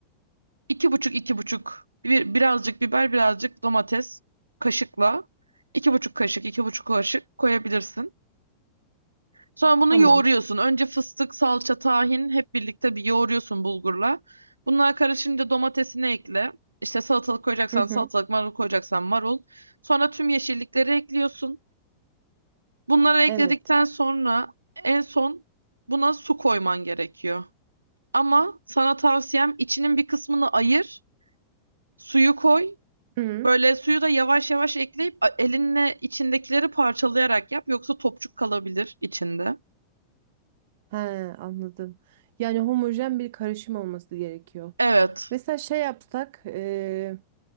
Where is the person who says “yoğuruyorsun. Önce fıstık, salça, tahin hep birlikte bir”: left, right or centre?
Right